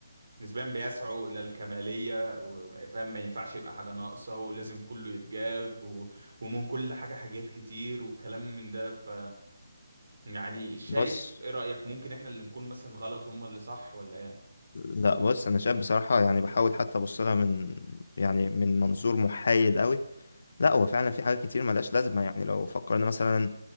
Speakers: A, on the right; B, on the left.
A: نسبيا بيسعوا إلى الكمالية و- فاهم ما ينفعش يبقى حاجة ناقصة ولازم كله يتجاب و... ومن كل حاجة حاجات كتير وكلام من ده ف يعني شايف
B: بص
A: ايه رأيك ممكن احنا اللي نكون مثلا غلط هم اللي صح ولا ايه
B: لا بص انا شايف بصراحه يعني بحاول حتى ابص لها من يعني من منظور محايد قوي لا هو فعلا في حاجات كتير ملهاش لازمه يعني لو فكرنا مثلا